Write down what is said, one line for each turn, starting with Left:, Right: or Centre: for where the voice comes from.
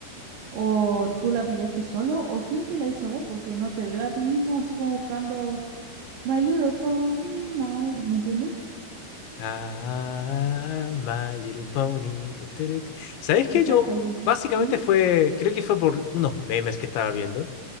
Right: ¿O tú la pillaste solo? ¿O quién te la hizo ver? Porque no te veo a ti mismo así como buscando My Little Pony, my... ¿Me entiendes?
Left: Ah, My Little Pony. tu, tu, tu, tu. ¿Sabes qué?
Right: Exacto.
Left: Yo básicamente
Right: ¿Mm?
Left: fue, creo que fue por unos memes que estaba viendo.